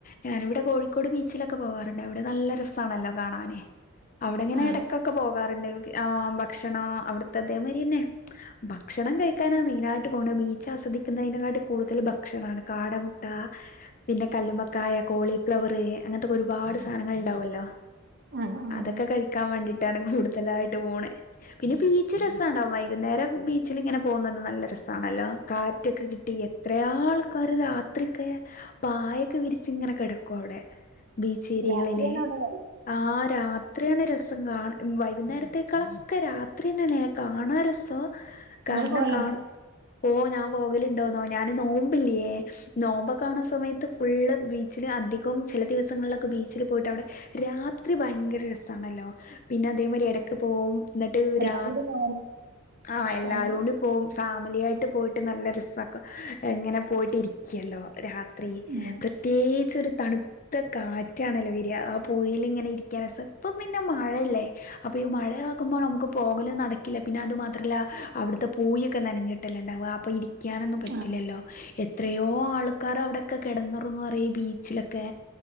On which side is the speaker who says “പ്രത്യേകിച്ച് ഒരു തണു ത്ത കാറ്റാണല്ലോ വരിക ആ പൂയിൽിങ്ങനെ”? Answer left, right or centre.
Left